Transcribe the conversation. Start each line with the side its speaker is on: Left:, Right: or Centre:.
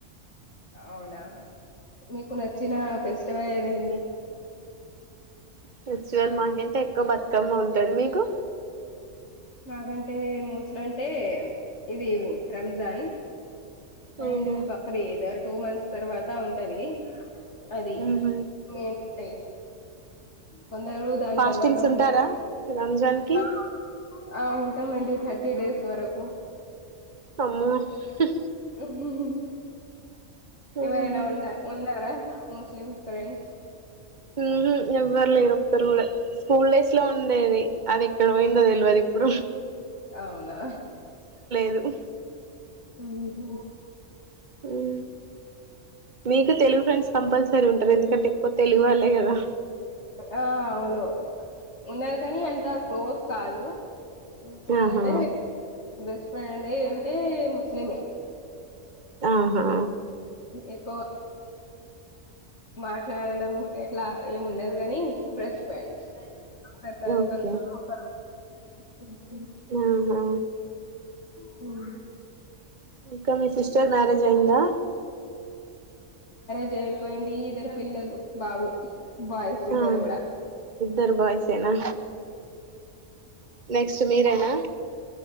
Left: అవునా మీకు నచ్చిన ఫెస్టివల్ ఏదండి
Right: ఫెస్టివల్ మాకైతే ఎక్కువ బతుకమ్మ ఉంటాడు మీకు
Left: మాకంటే మోస్లు అంటే ఇది రంజాన్
Right: ఉహు
Left: అండ్ బక్రీ ఇద్ టూ మంత్స్ తర్ వాత్ టా ఉంటది అది
Right: ఉహు
Left: నేన్ టేయి కొందరు దాని
Right: ఫాస్టింగ్స్
Left: తర్వాత
Right: ఉంటారా
Left: ఉండే
Right: రంజాన్ కి
Left: ఆ అవును ఉంటాం అండి తర్టిడేస్ వరకు
Right: అమ్మో హ
Left: మహు
Right: ఉమ్
Left: ఎవరైనా ఉండ ఉన్నారా ముస్లిం ఫ్రెండ్స్
Right: మ్ హు ఎవ్వరు లేరు ఒక్కరు గూడా స్కూల్ డేస్ లో ఉండేది అది ఎక్కడ పోయిందో తెలువదు ఇప్పుడు
Left: అవునా
Right: ఉ హు
Left: మ్ హు
Right: ము మీకు తెలుగు ఫ్రెండ్స్ కంపల్స్ రీ ఉంటారు ఎందుకంటే ఎక్కువ తెలుగు వాళ్ళు అంతే గదా
Left: ఆ అవును ఉన్నారు కానీ అంత క్లోజ్ కాదు క్లోజ్
Right: ఆహా
Left: అంటే బెస్ ఫ్రెండ్ ఉంటే ముస్లిమే
Right: ఆహా
Left: ఎక్కువ మాట్లాడడం ఎట్లా ఏమి ఉండదు గాని బ్రష్ ఫ్రెండ్స్ ఒకరికోసం
Right: ఓకే
Left: ఒకరు <inaudible>
Right: ఆహా
Left: మ్
Right: ఇంకా మీ సిస్టర్ మ్యారేజ్ అయిందా
Left: పెళ్లి అయిపోయింది ఇద్దరు పిల్లలు బాబు బాయ్స్ ఇద్దరు
Right: ఆ
Left: కూడా
Right: ఇద్దరు బాయ్స్ నా నెక్స్ట్ మీరేనా